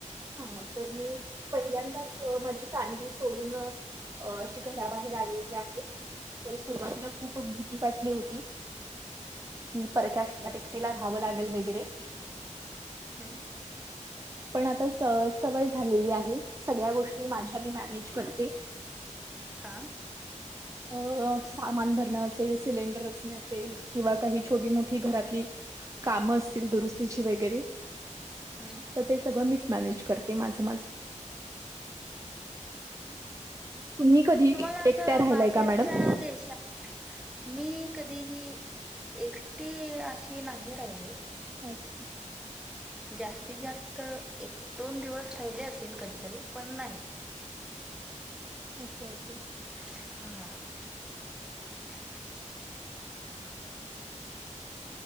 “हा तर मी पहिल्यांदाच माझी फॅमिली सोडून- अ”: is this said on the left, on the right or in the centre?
Right